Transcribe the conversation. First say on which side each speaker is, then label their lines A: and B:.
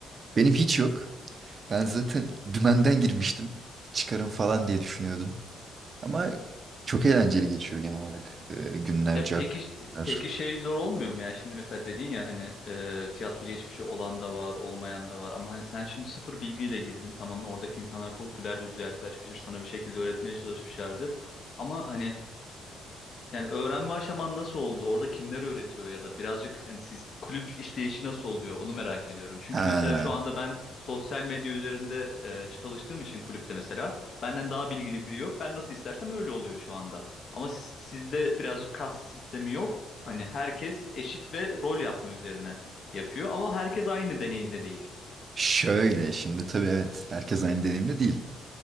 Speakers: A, on the right; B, on the left.
A: benim hiç yok. Ben zaten dümenden girmiştim. Çıkarım falan diye düşünüyordum. Ama çok eğlenceli geçiyor genel olarak e, günler,
B: Ya
A: cartlar.
B: peki peki şey zor olmuyor mu ya? Şimdi mesela dedin ya hani e, tiyatro geçmişi olan da var, olmayan da var ama hani sen şimdi sıfır bilgiyle girdin. Tamam mı? oradaki insanlar çok güler yüzlü yaklaşmıştır, sana bir şekilde öğretmeye çalışmışlardır. Ama hani yani öğrenme aşaman nasıl oldu? Orada kimler öğretiyor ya da birazcık hani siz kulüp işleyişi nasıl oluyor? Onu merak ediyorum. Çünkü
A: Ha,
B: mesela şu anda ben sosyal medya üzerinde e, çalıştığım için kulüpte mesela benden daha bilgili biri yok. Ben nasıl istersem öyle oluyor şu anda. Ama siz- sizde birazcık kast sistemi yok. Hani herkes eşit ve rol yapma üzerine yapıyor ama herkes aynı deneyimde değil.
A: şöyle şimdi tabii evet herkes aynı deneyimde değil.